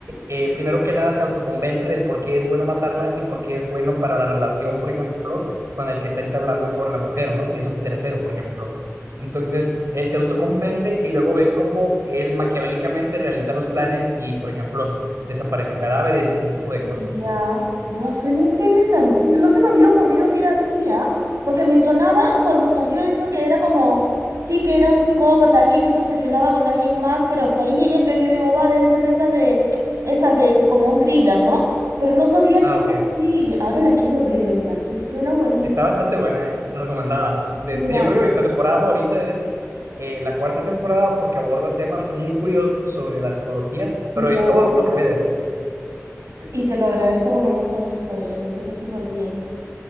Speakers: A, on the right; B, on the right.
A: eh, primero que nada, se autoconvence del por qué es bueno matarla y por qué es bueno para la relación, por ejemplo, con el que está entablando con la mujer, ¿no? Si es un tercero, por ejemplo. Entonces, él se autoconvence y luego ves cómo él maquiavélicamente realiza los planes y, por ejemplo, desaparece cadáveres y ese tipo de cosas,
B: Ya,
A: pues.
B: Buah, suena interesantísimo. No se me había ocurrido que era así, ¿ah? Porque me sonaba cuando salió eso que era como, sí que era un psicópata, alguien que se obsesionaba con alguien más, pero hasta ahí llegué, entonces yo digo, va, debe ser de esas de, esas de como un thriller, ¿no? Pero no sabía
A: Ah,
B: que era
A: ok,
B: así.
A: ok.
B: Ahora la quiero ver, Edgar, te- suena buenísimo.
A: Está bastante buena, ¿eh? Recomendada. Desde,
B: Mira,
A: yo creo que mi temporada favorita es eh, la cuarta temporada porque aborda temas muy curiosos sobre la psicología, pero
B: ya.
A: es todo lo que voy a decir.
B: Y te lo agradezco porque no me gustan los spoilers, así que súper bien.